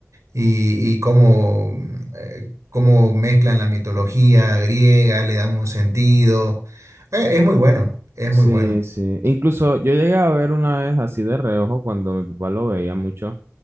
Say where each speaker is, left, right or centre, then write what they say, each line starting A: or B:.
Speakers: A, on the right (about 85°); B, on the right (about 55°).
A: y, y cómo, mm, eh, cómo mezclan la mitología griega, le dan un sentido. Eh, es muy bueno, es
B: Sí,
A: muy bueno.
B: sí. Incluso yo llegué a ver una vez así de reojo cuando mi papá lo veía mucho,